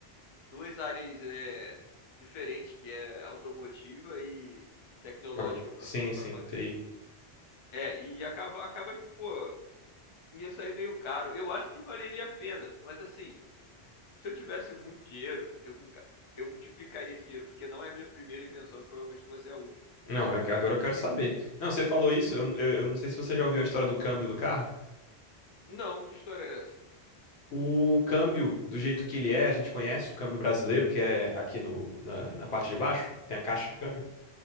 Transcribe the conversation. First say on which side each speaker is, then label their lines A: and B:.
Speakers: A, on the left; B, on the left.
A: duas áreas é, diferentes, que é automotiva e tecnológica
B: Proga-
A: para
B: Sim, sim,
A: para fazer.
B: TI.
A: É, e acaba, acaba que, pô, ia sair meio caro. Eu acho que valeria a pena, mas assim, se eu tivesse muito dinheiro, eu, muca- eu multiplicaria esse dinheiro, porque não é a minha primeira invenção, e provavelmente não vai ser a última.
B: Não, é que agora eu quero saber. Não, você falou isso, eu, eu- eu não sei se você já ouviu a história do câmbio do carro.
A: Não, que história é essa?
B: O câmbio, do jeito que ele é, a gente conhece o câmbio brasileiro, que é aqui no, na, na parte de baixo, tem a caixa de câmbio.